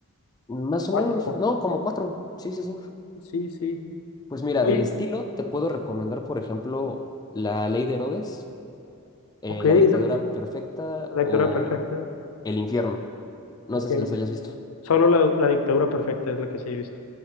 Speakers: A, on the left; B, on the left.
A: Más
B: Cuatro.
A: o menos, no, como cuatro. Sí, sí, sí.
B: Sí, sí.
A: Pues mira,
B: Oye,
A: del estilo te puedo recomendar, por ejemplo, La Ley de Herodes. eh,
B: ok,
A: La
B: esa
A: dictadura
B: es
A: perfecta
B: la
A: o
B: dictadura perfecta.
A: El infierno. No
B: Ok,
A: sé si las hayas visto.
B: solo la, la dictadura perfecta es la que sí he visto.